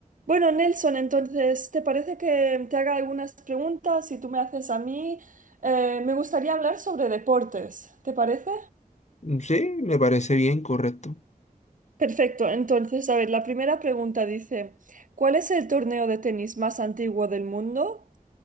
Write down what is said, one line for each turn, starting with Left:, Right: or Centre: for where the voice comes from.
Right: Bueno, Nelson, entonces, ¿te parece que te haga algunas preguntas y tú me haces a mí? Eh, me gustaría hablar sobre deportes, ¿te parece?
Left: Mm, Sí, me parece bien, correcto.
Right: Perfecto, entonces, a ver, la primera pregunta dice, ¿cuál es el torneo de tenis más antiguo del mundo?